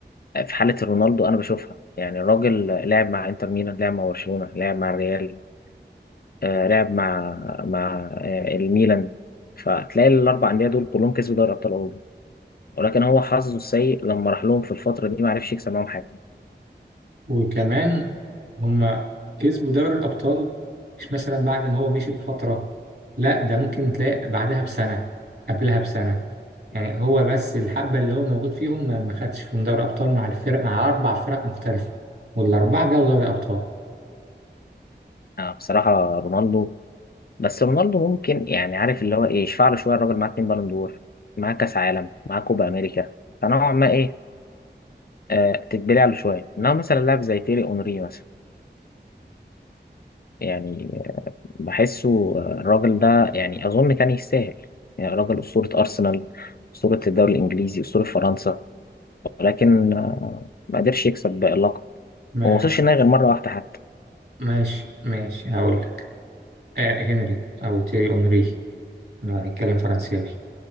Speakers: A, on the left; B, on the right.
A: في حالة رونالدو أنا بشوفها يعني الراجل لعب مع إنتر ميلان لعب مع برشلونة لعب مع الريال آه، لعب مع مع آه، الميلان فتلاقي الأربع أندية دول كلهم كسبوا دوري أبطال أوروبا ولكن هو حظه السيء لما راح لهم في الفترة دي ما عرفش يكسب معاهم حاجة
B: وكمان هما كسبوا دوري الأبطال مش مثلا بعد ما هو مشي بفترة لا ده ممكن تلاقي بعدها بسنة قبلها بسنة يعني هو بس الحبة اللي هو موجود فيهم ما ما خدش فيهم دوري أبطال مع الفرق مع أربع فرق مختلفة والأربعة جابوا دوري أبطال
A: فبصراحة رونالدو بس رونالدو ممكن يعني عارف اللي هو إيه يشفع له شوية الراجل معاه اتنين بالون دور معاه كأس عالم معاه كوبا أمريكا فنوعا ما إيه آه، تتبلع له شوية إنما مثلا لاعب زي تيري أونري مثلا يعني بحسه آه، الراجل ده يعني أظن كان يستاهل يعني راجل أسطورة أرسنال أسطورة الدوري الإنجليزي أسطورة فرنسا ولكن آه، ما قدرش يكسب بقى اللقب
B: ما
A: وما وصلش النهائي غير مرة واحدة حتى
B: ماشي ماشي هقول لك آه هنري أو تيري أونري لو هنتكلم فرنساوي